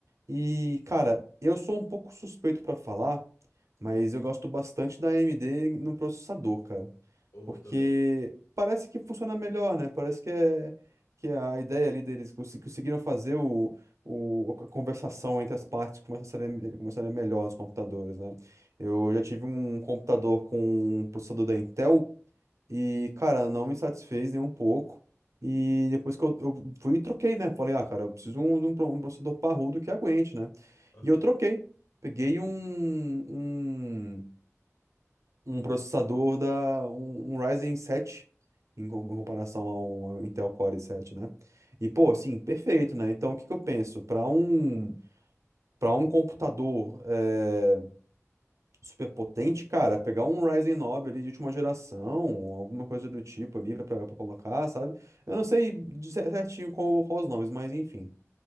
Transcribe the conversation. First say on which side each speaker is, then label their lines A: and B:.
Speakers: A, on the right (about 70°); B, on the left (about 80°).
A: E, cara, eu sou um pouco suspeito pra falar, mas eu gosto bastante da AMD no processador, cara.
B: ou
A: Porque
B: também.
A: parece que funciona melhor, né? Parece que é que é a ideia ali deles conse- conseguiram fazer o, o, a conversação entre as partes começa a ser, começar a ser melhor nos computadores, né? Eu já tive um computador com um processador da Intel e, cara, não me satisfez nem um pouco. E depois que eu, eu fui e troquei, né? Falei, ah, cara, eu preciso de um, de um pro- um processador parrudo que aguente, né?
B: aham
A: E eu troquei. Peguei um um, um processador da um, um Ryzen sete em, com- em comparação ao Intel Core sete, né? E pô, assim, perfeito, né? Então o que que eu penso? Para um para um computador é, super potente, cara, pegar um Ryzen nove ali de última geração, alguma coisa do tipo ali para colocar, sabe? Eu não sei de cer- certinho qual, qual os nomes, mas enfim.